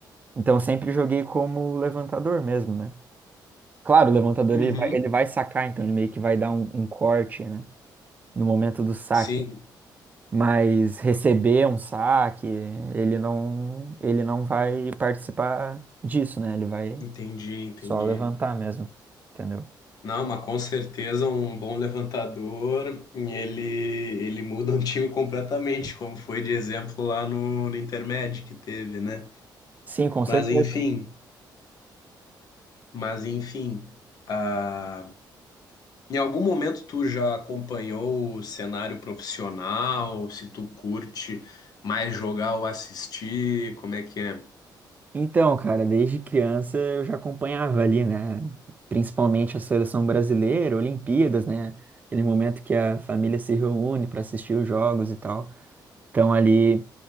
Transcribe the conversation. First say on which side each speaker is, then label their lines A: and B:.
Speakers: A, on the right (about 20°); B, on the left (about 55°).
A: Então, sempre joguei como levantador mesmo, né? Claro, o levantador
B: uhum.
A: ele vai, ele vai sacar, então ele meio que vai dar um, um corte, né? no momento do saque.
B: Sim,
A: Mas receber um saque, ele não, ele não vai participar disso, né? Ele vai
B: entendi, entendi.
A: só levantar mesmo, entendeu?
B: Não, mas com certeza um bom levantador, ele, ele muda um time completamente, como foi de exemplo lá no, no Intermédio que teve, né?
A: Sim, com
B: Mas
A: certeza.
B: enfim, mas enfim, ah, Em algum momento tu já acompanhou o cenário profissional? Se tu curte mais jogar ou assistir, como é que é?
A: Então, cara, desde criança eu já acompanhava ali, né? Principalmente a seleção brasileira, Olimpíadas, né? Aquele momento que a família se reúne para assistir os jogos e tal. Então ali,